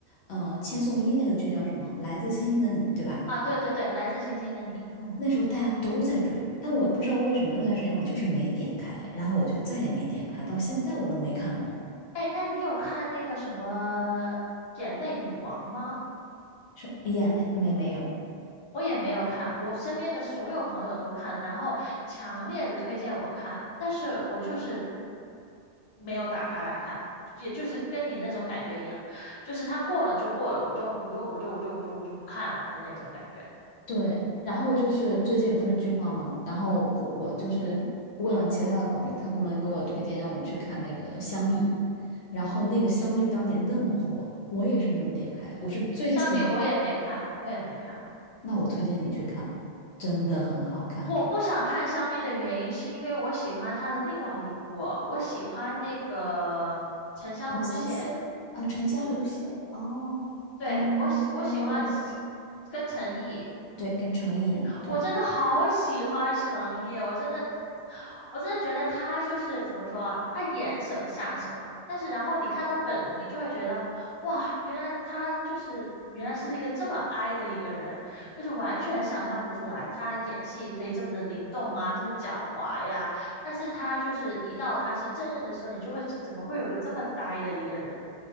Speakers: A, on the left; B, on the left.
A: 呃，千颂伊那个剧叫什么《来自星星的你》，对吧？
B: 啊，对对对，来自星星的你，嗯。
A: 那时候大家都在追，但我不知道为什么那段时间我就是没点开，然后我就再也没点开，到现在我都没看过。
B: 哎，那你有看那个什么《眼泪女王》吗？
A: 是眼泪没没有，
B: 我也没有看，我身边的所有朋友都看了，然后强烈的推荐我看，但是我就是没有打开来看，也就是跟你那种感觉一样，就是它过了就过了，我就我就我就我就我就我就不看了的那种感觉。
A: 对，然后就是最近不是剧荒嘛，然后我我就是问了其他的朋友，他给我们给我推荐让我去看那个香蜜，然后那个香蜜当年那么火，我也是没有点开，我是最近，
B: 香蜜我也没看，我也没看。
A: 那我推荐你去看，真的很好看
B: 我不想看香蜜的原因是因为我喜欢她的另外一部，我喜欢那个《沉香如屑》，
A: 长相思啊，沉香如屑哦，
B: 不是。对，
A: 跟跟那个
B: 我喜我喜欢陈跟陈毅，
A: 对，跟程毅演的，对，
B: 我真的好喜欢陈毅，我真的，我真的觉得他就是怎么说啊，他演什么像什么，但是然后你看他本人，你就会觉得，哇，原来他就是原来是一个这么 i 的一个人，就是完全想象不出来他演戏可以这么的灵动啊，这么狡猾呀，但是他就是一到他是正人的时候，你就会怎么会有个这么呆的一个人？